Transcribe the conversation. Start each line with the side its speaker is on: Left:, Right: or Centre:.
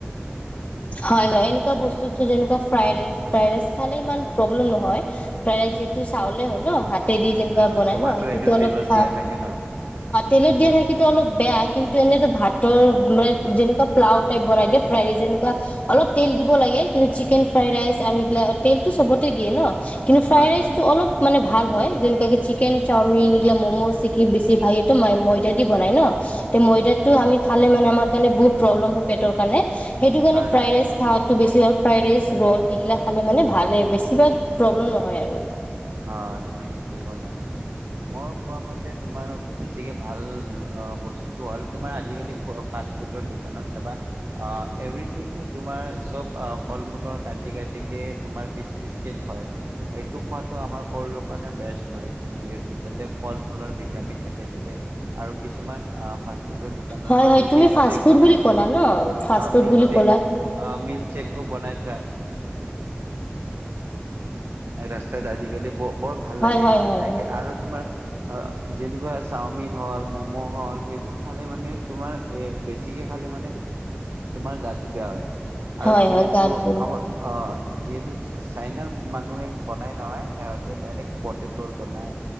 Left: হয় হয় এনেকুৱা বস্তুটো যেনেকুৱা ফ্ৰাই ৰাইচ ফ্ৰাই ৰাইচ খালে ইমান প্ৰব্লেম নহয় ফ্ৰাই ৰাইচ যিহেতু চাউলে হয় ন ভাত তেদি যেনেকুৱা
Right: হা
Left: বনাই
Right: তোমাৰতো
Left: ন সেইটোতো
Right: এইটো
Left: অলপ
Right: তেলত
Left: চাহ
Right: দিয়া থাকে ন?
Left: তেলত
Right: তে
Left: দিয়া থাকিো অলপ বেয়া কিন্তু এনেতো ভাতৰ মানে যেনেকুৱা প্লাও টাইপ বনাই দিয়ে ফ্ৰাই যেনেকুৱা অলপ তেল দিব লাগে কিন্তু চিকেন ফ্ৰাইড ৰাইচ আৰু এইগিলা তেলতটো চবতে দিয়ে ন কিন্তু ফ্ৰাইড
Right: হয়
Left: ৰাইচটো
Right: হয়।
Left: অলপ মান ভাল হয় যেনেকুৱাে চিকেন চামিন এইিল ম'মো চিক কি বেছি ভাই এইটো
Right: উম,
Left: ম ময়দা দি বনাই ন উ তে ময়দাতটো
Right: অ',
Left: আমি খালে মানে আমাৰ কাৰণে বহুত প্ৰব্লেম হয় পেটৰ কাৰণে সেইটো কাৰণে
Right: হয়
Left: ফ্ৰাইড
Right: হয়
Left: ৰাইচ খাাত বেছিভাগ ফ্ৰাই ৰাইচ ৰল এইগিলা খালে মানে ভালে বছিভাগ প্ৰব্লেম নহয় আৰু
Right: অ তুমি ঠিকে ক'লা মই কোৱা মতে তোমাৰ বেছিকে ভাল বস্তুটো হ'ল তোমাৰ আজিকালি ফাষ্ট ফুডৰ দোকানত চাবা আহ এভৰিথিং তোমাৰ চব আহ ফল মূলৰ কাটি কাটিকে তোমাৰ পিচ পিচকে থয় সেইটো খোৱাত ম শৰ কাৰ বে হয় যিহু যাতে ফল মূলৰ ভিটামিন থাকে তাতে আৰু কিছুমান ফ দোকানত
Left: হয় হয়
Right: কি
Left: তুমি
Right: মিল্ক
Left: ফাষ্ট
Right: শেক
Left: ফুড
Right: বনাই
Left: বুলি ক'লা ন ফাষ্ট
Right: অ
Left: ফুড
Right: মিল্ক
Left: বুলি
Right: শেক
Left: ক'লা
Right: অ মিল্ক চেক কো বনাই থ ৰাস্তাত আজিকালি বৰ ভাল
Left: হয়
Right: লাগে
Left: হয়
Right: এইবোৰ
Left: হয়
Right: খাইকে আৰু তোমাৰ অ যেনেকুৱা চাওমিন হল ম'ম' হল সেইবোৰ খালে মানে তোমাৰ এ বেছিকে খালে মানে তোমাৰ গাটো বেয়া হয় আৰু
Left: হয়
Right: যিহেতু
Left: হয় গাত বুন্ধা।
Right: আমাৰ অ যিহেতু চাইনাৰ মানুহে বনাই নহয় সিহঁতে ডাইৰেক্ট পটেটৰ বনাই